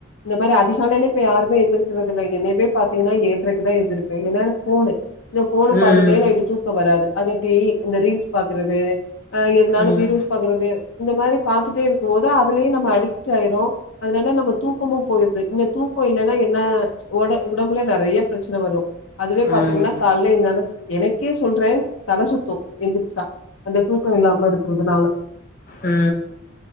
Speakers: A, on the left; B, on the left.
A: இந்த மாரி அதிகாலைல ப்ப யாருமே எந்திரிகிறது இல்ல இனிமேல் இதே பாத்தீங்னா ஏல்ரைக்கு தா எந்திருப்பே ஏனா ஃபோனு ந்த ஃபோன
B: ம்.
A: பாத்துட்டே நைட்டு தூக்க வராது அது எப்டி இந்த ரீல்ஸ் பாக்குறது அ எதுனானு
B: ம்.
A: வீடியோஸ் பாக்குறது இந்த மாரி பாத்துட்டே இருக்குமோது அதுலே நம்ம அடிக்ட் ஆயிரு அதுனால நம்ம தூக்கமு போயிற்து இந்த தூக்கோ இல்லனா என்ன ஒட உடம்புல நறைய ப்ரச்சன வரு அதுவே பாத்தீங்னா
B: ம்.
A: கால்ல என்னால எனக்கே சொல்றே தல சுத்து எந்திரிச்சா அந்த தூக்கோ இல்லாம இருக்குறதுனால
B: அ